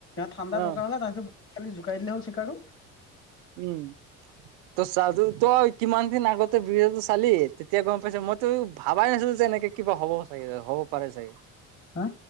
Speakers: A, on the left; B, on the right.
A: ঠাণ্ডা
B: অ
A: দৰকাৰ হলে তাৰপিছত খালি জোকাই দিলে হল চিকাৰো
B: উম ত চাদু তই কিমান দিন আগতে বিড টো চালি তেতিয়া গম পাইছা মই তইও ভাবাই নাছিল যে এনেকে কিবা হ'ব চাগে হ'ব পাৰে চাগে
A: হা